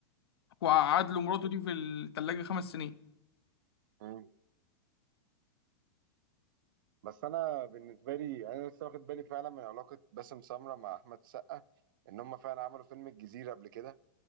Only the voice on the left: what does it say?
وقعد له مراته دي في التلاجة خمس سنين